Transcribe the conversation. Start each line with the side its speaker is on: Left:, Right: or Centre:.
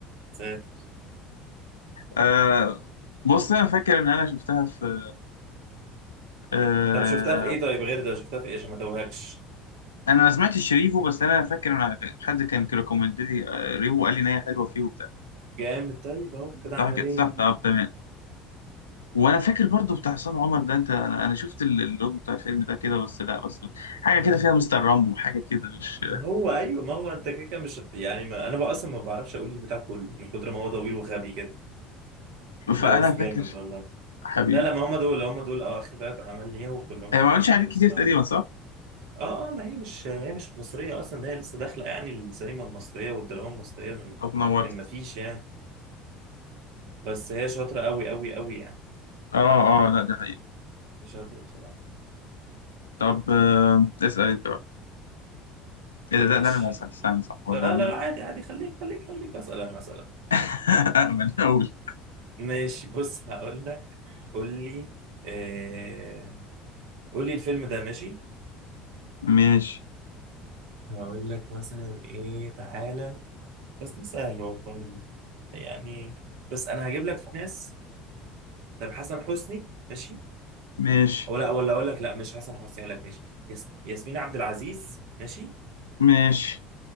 Right: ساتر
Left: آه بص انا فاكر ان انا شفتها في آه
Right: طب شفتها في ايه طيب غير ده شفتها في ايه عشان ما ادوهكش
Left: انا ما سمعتش شريفو بس انا فاكر ان أنا- حد كان ريكومند لي آه، ريفو قال لي ان هي حلوة فيه وبتاع
Right: جامد طيب اهو كده
Left: صح
Right: اعمل
Left: كده
Right: ايه
Left: صح طب تمام وانا فاكر برضو بتاع عصام عمر ده انت انا انا شفت ال- اللوج بتاع الفيلم ده كده بس لا بس حاجة
Right: مم.
Left: كده فيها مستر رامبو حاجة كده مش <laughs>
Right: ما هو ايوه ما هو انت كده كده مش هت- يعني ما انا بقى اصلا ما بعرفش اقول البتاع كله من كتر ما هو طويل وغبي كده لا
Left: فانا
Right: بس
Left: فاكر
Right: جامد والله
Left: حبيبي
Right: لا لا ما هم دول هم دول اه اخر ثلاث اعمال ليها وكلهم
Left: هي
Right: حلوين
Left: ما عملتش حاجات
Right: قوي
Left: كتير
Right: بصراحه
Left: تقريبا صح؟
Right: اه اه ما هي مش هي مش مصريه اصلا ده هي لسه داخله يعني السينما المصريه والدراما المصريه من
Left: طب نورت
Right: من ما فيش يعني بس هي شاطره قوي قوي قوي يعني
Left: اه اه لا دي حقيقة
Right: شاطره بصراحه
Left: طب آه، اسأل انت بقى
Right: ماشي
Left: ايه ده ده ده انا اللي هسأل استنى صح هو
Right: لا
Left: ده مين
Right: لا عادي عادي خليك خليك خليك اسال انا اسال
Left: <laughs> أأمن أقول
Right: ماشي بص هقول لك قول لي آه... قول لي الفيلم ده ماشي
Left: ماشي
Right: هقول لك مثلا ايه تعالى بس ده سهل والله يعني بس انا هجيب لك في ناس طب حسن حسني ماشي
Left: ماشي
Right: او لا ولا اقول لك لا مش حسن حسني اقول لك ماشي يس... ياسمين عبد العزيز ماشي
Left: ماشي